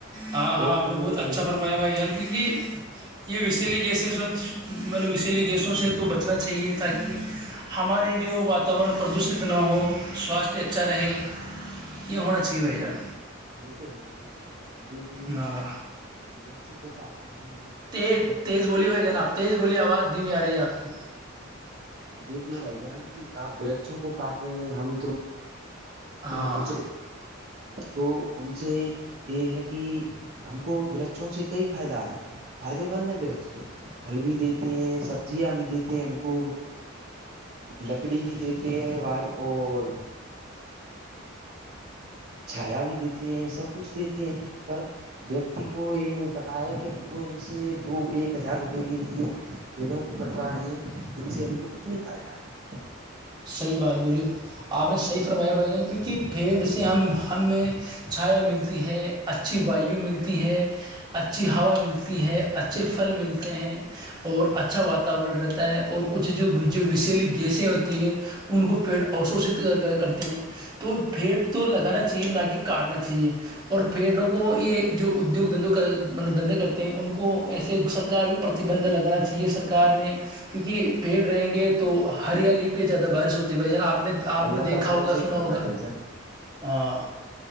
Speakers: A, on the right; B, on the right.
A: ہاں ہاں
B: اور
A: آپ
B: فرمائیے
A: نے بہت
B: بھائی
A: اچھا
B: جان
A: فرمایا بھائی جان کیونکہ یہ ویسیل گیسس مطلب ویسییلی گیسوں سے تو بچنا چاہیے تاکہ ہمارے جو واتاورن پردوشت نہ ہو سواستھ اچھا رہے یہ ہونا چاہیے بھائی
B: وہ
A: جان
B: وہ تو ہے بھائی ج اب دیکھیے
A: ہاں
B: درچوں کو پات ہیں
A: تیز
B: درخت
A: تیز گولی بھائی جناب تیز گو آواز دمی آ رہی ہے آپ کی
B: دیکھیے بھائی جان کی آپ ورچھوں کو کاٹ رہے ہیں ہم ت
A: ہاں
B: کچھ تو ان سے یہ ہے کہ ہم کو برچوں سے کئی فائدہ ہے فائدے مند ہے ب رج تو پھل بھی دیتے ہیں سبزیاں بھی دیتے ہیں ہم کو لکڑی بھی دیتے ہیں اور چھایا بھی دیتی ہیں سب کچھ دیتے ہیں پر ویکتی کو یہ نہیں پتا ہے کہ ہم کو ان سے دو ایک ہزار روپے کے لیے پیڑوں کو بٹوا رہے ہیں ان سے ہم کو کتنی فائدہ ہے
A: صحیح بات بولی آپ نے صحیح فرمایا بھائی جان کیونکہ پیڈ سے ہم ہم میں چھایا ملتی ہے اچھی وایو ملتی ہے اچھی ہوا ملتی ہے اچ اچھے پھل ملتے ہیں اور اچھا وااتاورن رہتا ہے اور کچھ جو جو وشیلی گیسیں ہوتی ہے ان کو پیٹ اشوشت کرتے ہیں تو پیڑ تو لگانا چاہیے نہ کہ کاٹنا چاہیے اور پھیڑوں کو یہ جو ادیوگ دھندوں مطلب دھندے کرتے ہیں ان کو ایسے سرکار بھی پرتیبند لگانا چاہیے سرک نے کیونکہ پیڑ رہیں گے تو ہریالی پہ زیادہ
B: ہے
A: بارش ہوتی بھائی ج نا آپ نے آپ نے
B: اللہ
A: دیکھا
B: تعالی
A: ہوگا
B: صحیح
A: سنا
B: فرمایا
A: ہوگا
B: بھائی جان
A: ہاں